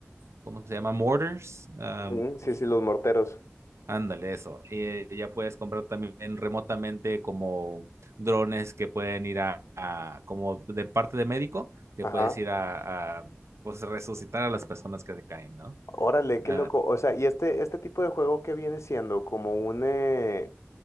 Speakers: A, on the right; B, on the left.
A: ¿cómo se llama? Mortars. Ah,
B: Ujú, Sí,
A: pues,
B: sí, los morteros.
A: ándale, eso. Y eh, ya puedes comprar también remotamente como drones que pueden ir a, a- como de parte de médico, que
B: Ajá.
A: puedes ir a, a, pues resucitar a las personas que se caen, ¿no?
B: Órale, qué
A: Ah,
B: loco. O sea, y este, este tipo de juego que viene siendo como un, eh,